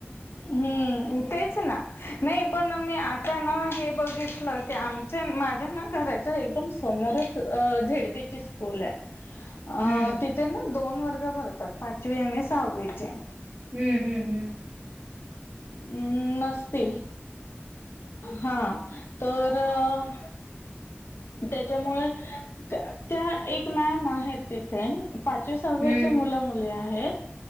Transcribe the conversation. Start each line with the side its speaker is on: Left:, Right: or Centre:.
Left: हम्म तेच ना, नाही पण, मी आता ना, हे बघितलं की आम माझ्या ना, घराच्या एकदम समोरच अ झेड पी ची स्कूल आहे अं,
Right: हम्म
Left: तिथे ना दोन वर्ग भरतात, पाचवी आणि सहावीचे.
Right: हम्म हम्म
Left: ् नसतील. हा,, तरऽ त्याच्यामुळे, त्या एक मॅम आहेत तिथेऽ. पाचवी, सहावीची
Right: हम्म
Left: मुलं मुले आहेत,,